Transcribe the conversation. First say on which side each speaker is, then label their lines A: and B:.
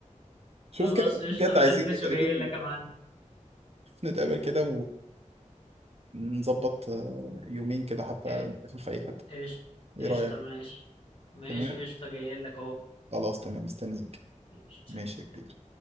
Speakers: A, on the right; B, on the left.
A: شوف
B: خلاص
A: كده
B: قشطه
A: بجد
B: انا
A: عايزين
B: هلبس
A: نتقابل
B: وجاي لك يا معلم
A: نتقابل كده ونظبط يومين كده حتى
B: إيه-
A: نسافر في اي حته
B: قشطه
A: ايه
B: قشطه
A: رايك
B: ماشي ماشي
A: تمام
B: قشطه جاي لك اهو
A: خلاص تمام مستنيك
B: ماشي
A: ماشي
B: سلام
A: يا كبير